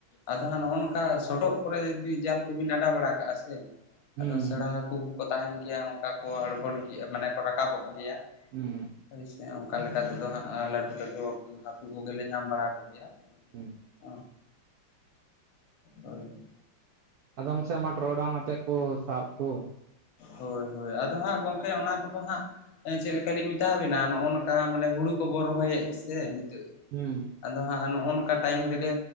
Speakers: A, on the left; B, on the right.
A: ᱟᱫᱚ ᱦᱟᱸᱜ ᱱᱚᱜᱼᱚ ᱱᱚᱝᱠᱟ ᱥᱚᱰᱚᱜ ᱠᱚᱨᱮ ᱡᱩᱫᱤ ᱡᱟᱞ ᱠᱚᱵᱤᱱ ᱟᱰᱟ ᱵᱟᱲᱟ ᱠᱟᱜᱼᱟ ᱥᱮ,
B: ᱦᱩᱸ
A: ᱟᱫᱚ ᱥᱮᱬᱟ ᱦᱟᱹᱠᱩ ᱠᱚ ᱠᱚ ᱛᱟᱦᱮᱱ ᱜᱮᱭᱟ ᱚᱝᱠᱟ ᱠᱚ ᱟᱬᱜᱚᱱ ᱜᱮᱭᱟ ᱾ ᱢᱟᱱᱮ ᱠᱚ ᱨᱟᱠᱟᱵᱚᱜ ᱜᱮᱭᱟ᱾
B: ᱦᱩᱸ
A: ᱦᱳᱭ ᱥᱮ ᱚᱝᱠᱟ ᱞᱮᱠᱟ ᱛᱮᱫᱚ ᱦᱟᱸᱜ ᱞᱟᱹᱴᱩ ᱞᱟᱹᱴᱩ ᱦᱟᱹᱠᱩ ᱠᱚᱜᱮᱞᱮ ᱧᱟᱢ ᱵᱟᱲᱟ ᱠᱚᱜᱮᱭᱟ᱾
B: ᱦᱩᱸ,
A: <inaudible> ᱚᱭ᱾
B: ᱟᱫᱚᱢ ᱥᱮ ᱢᱟ ᱴᱚᱨᱚᱰᱟᱝ ᱟᱛᱮᱜ ᱠᱚ ᱥᱟᱵ ᱠᱳ ᱾
A: ᱦᱳᱭ ᱦᱳᱭ ᱟᱫᱚ ᱦᱟᱸᱜ ᱜᱚᱝᱠᱮ ᱚᱱᱟ ᱠᱚᱫᱚ ᱦᱟᱸᱜ <unintelligible> ᱪᱮᱜ ᱞᱮᱠᱟᱞᱤᱧ ᱢᱮᱛᱟᱣ ᱵᱤᱱᱟ ᱱᱚᱜᱼᱚ ᱱᱚᱝᱠᱟ ᱢᱟᱱᱮ ᱦᱩᱲᱩ ᱠᱚᱵᱚᱱ ᱨᱚᱦᱚᱭᱮᱫ ᱥᱮ ᱱᱤᱛᱚᱜ
B: ᱦᱩᱸ,
A: ᱟᱫᱚ ᱦᱟᱸᱜ ᱱᱚᱜᱼᱚ ᱱᱚᱝᱠᱟ ᱴᱟᱭᱤᱢ ᱨᱮ ᱜᱮ